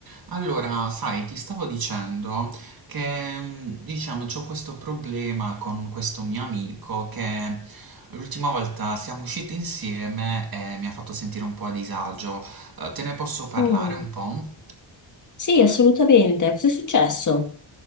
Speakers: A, on the right (about 50°); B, on the left (about 40°).
A: Allora, sai, ti stavo dicendo che, mm, diciamo, c'ho questo problema con questo mio amico che l'ultima volta siamo usciti insieme e mi ha fatto sentire un po' a disagio. Eh, Te ne posso parlare
B: Oh,
A: un po'?
B: Sì, assolutamente. Cos'è successo?